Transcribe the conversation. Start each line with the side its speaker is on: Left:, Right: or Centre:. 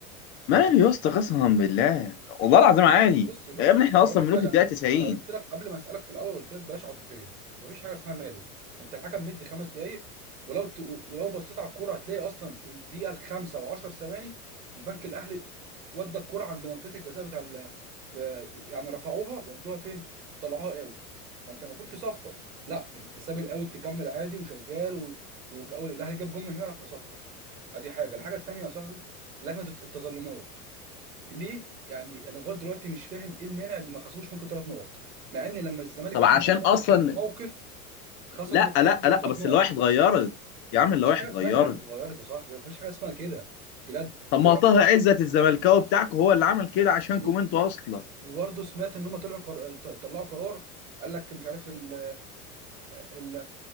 Left: ماله يا اسطى قسما بالله والله العظيم عادي
Right: بص بص
Left: يا ابني
Right: بص
Left: احنا
Right: انا
Left: اصلا
Right: هقول لك
Left: ملوك
Right: حاجه
Left: الدقيقه
Right: انا
Left: 90
Right: انا قلت لك قبل ما اسالك في الاول قلت لك بلاش عاطفيه مفيش حاجه اسمها ماله انت الحكم مدي خمس دقائق ولو ت... ولو بصيت على الكوره هتلاقي اصلا في الدقيقه الخامسه و10 ثواني البنك الاهلي ودى الكوره عند منطقه الجزاء بتاع ال... ب... يعني رفعوها ودوها فين؟ طلعوها اوت فانت المفروض تصفر لا انت ساب الاوت تكمل عادي وشغال و... و... الاهلي جاب جون من هنا راح مصفر ادي حاجه الحاجه التانيه يا صاحبي لجنه التظلمات ليه؟ يعني انا لغايه دلوقتي مش فاهم ايه المانع اللي ما خصموش منكم ثلاث نقط مع ان لما الزمالك
Left: طب
Right: عمل
Left: عشان اصلا
Right: نفس الموقف خصموا
Left: لا
Right: خصموا
Left: لا
Right: منه
Left: لا
Right: ثلاث
Left: بس
Right: نقط
Left: اللوائح اتغيرت يا عم اللوائح
Right: مفيش حاجه
Left: اتغيرت
Right: اسمها اللوائح اتغيرت يا صاحبي مفيش حاجه اسمها كده بجد
Left: طب
Right: وطلعوا
Left: ما طه عزت الزملكاوي بتاعكم هو اللي عمل كده عشانكم
Right: و-
Left: انتوا اصلا
Right: وبرضه سمعت ان هم طلعوا قر... ط- طلعوا قرار قال لك مش عارف ال... ال...